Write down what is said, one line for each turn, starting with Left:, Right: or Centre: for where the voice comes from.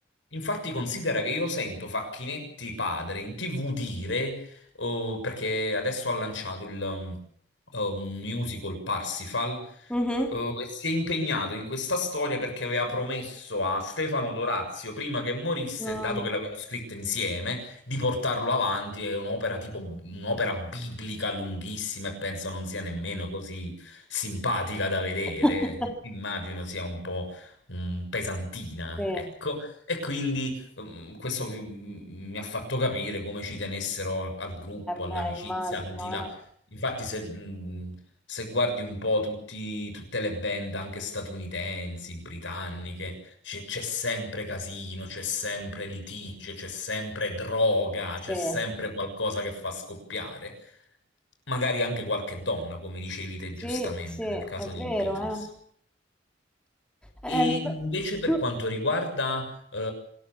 Left: Infatti considera che io sento Facchinetti padre in TV dire, oh, perché adesso ha lanciato il, um, oh, un musical Parsifal,
Centre: Mhm.
Left: oh, e si è impegnato in questa storia perché aveva promesso a Stefano Dorazio, prima che morisse,
Centre: No.
Left: dato che l'avevano scritta insieme, di portarlo avanti. È un'opera tipo un'opera biblica lunghissima e penso non sia nemmeno così simpatica da vedere.
Centre: <laughs>
Left: Immagino sia un po' mm, pesantina,
Centre: Sì, eh
Left: ecco. E quindi mm, mm, questo vi- mi ha fatto capire come ci tenessero al, al gruppo, all'amicizia,
Centre: beh, immagino,
Left: al di là.
Centre: eh.
Left: Infatti, se, mm, se guardi un po' tutti- tutte le band, anche statunitensi, britanniche, c'è c'è sempre casino, c'è sempre litigio, c'è sempre droga,
Centre: Sì,
Left: c'è sempre qualcosa che fa scoppiare. Magari anche qualche donna, come dicevi te
Centre: sì,
Left: giustamente
Centre: sì, è
Left: nel caso dei
Centre: vero,
Left: Beatles.
Centre: eh. Eh,
Left: E invece
Centre: beh,
Left: per
Centre: mm.
Left: quanto riguarda eh,